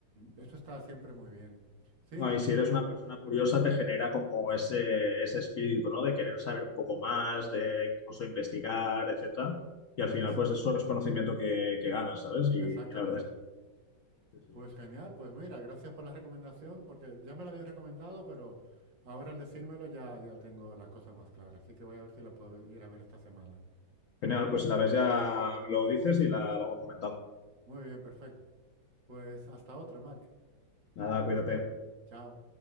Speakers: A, on the right (about 70°); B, on the left (about 65°).
A: eso está siempre muy bien. Sí,
B: No,
A: desde
B: y si
A: luego.
B: eres una persona curiosa, te genera como ese, ese espíritu, ¿no? De querer saber un poco más, de incluso investigar, etcétera. Y al final,
A: Es,
B: pues eso es conocimiento que, que ganas, ¿sabes? Y,
A: exactamente.
B: y la verdad es que sí, sí.
A: Pues genial, pues mira, gracias por la recomendación, porque ya me la habían recomendado, pero ahora al decírmelo ya, ya tengo las cosas más claras. Así que voy a ver si la puedo ir a ver esta semana.
B: Genial, pues si la ves ya me lo dices y la vamos comentando.
A: Muy bien, perfecto. Pues hasta otra, Marc.
B: Nada, cuídate.
A: Chao.